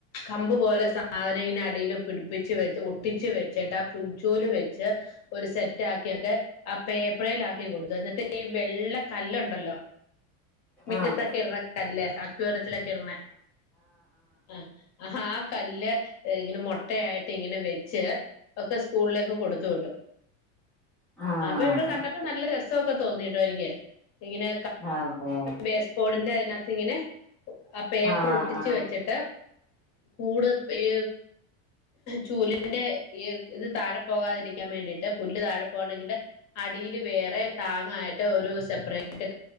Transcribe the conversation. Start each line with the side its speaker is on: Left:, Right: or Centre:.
Left: കമ്പ് പോലെ സാധനം ഇങ്ങനെ അടിൽ പിടിപ്പിച്ച് വെച്ച് ഒട്ടിച്ച് വെച്ചിട്ട് ആ പുൽച്ചോല് വെ ച്ച് ഒരു സെറ്റ് ആക്കിയൊക്കെ ആഹ് പേപ്പറേൽ ആക്കി കൊടുത്തു എന്നിട്ട് ഈ വെള്ള കല്ലുണ്ടല്ലോ മിറ്റത്തൊക്കെ
Centre: ആഹ്
Left: ഇടണ കല്ല് അക്വാറിയത്തിലൊക്കെ ഇടണ ആഹ് ആഹ് കല്ല് ഇങ്ങനെ മുട്ടയായിട്ട് ഇങ്ങനെ വെച്ച് ഒക്കെ സ്കൂളിലേക്ക് കൊടുത്തു വിട്ടു
Centre: ആഹ് ആഹ്
Left: അപ്പൊ ഇവിടെ കണ്ടപ്പോ
Centre: ആഹ്
Left: നല്ല രസമൊക്കെ തോന്നിട്ടോ എനിക്ക് ഇങ്ങനെ
Centre: അതെ
Left: ബേസ്പോഡിന്റെ അതിനകത്ത് ഇങ്ങനെ ആഹ് പേപ്പർ
Centre: ആഹ്
Left: ഒട്ടിച്ചു വെച്ചിട്ട് കൂട് ഈ ചൂലിന്റെ ഈ ഇത് താഴെ പോകാതിരിക്കാൻ വേണ്ടിയിട്ട് പുല്ല് താഴെ പോ <unintelligible> അടില് വേറെ താങ്ങായിട്ട് ഒരു സെപ്പറേറ്റ്